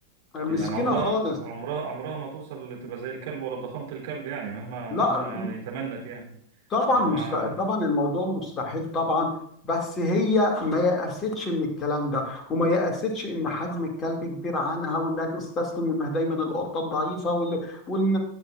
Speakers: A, on the left (about 25°); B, on the right (about 50°).
A: مسكينة
B: يعني عمرها
A: خالص
B: عمرها عمرها ما توصل لتبقى زي الكلب ولا بضخامة الكلب يعني مهما
A: لا
B: مهما يعني تمنت يعني
A: طبعا
B: مهما
A: مست...
B: عملت
A: طبعا الموضوع مستحيل طبعا بس هي ما يأستش من الكلام ده وما يأستش ان حجم الكلب كبير عنها وانها تستسلم وانها دايما القطه الضعيفه وال وال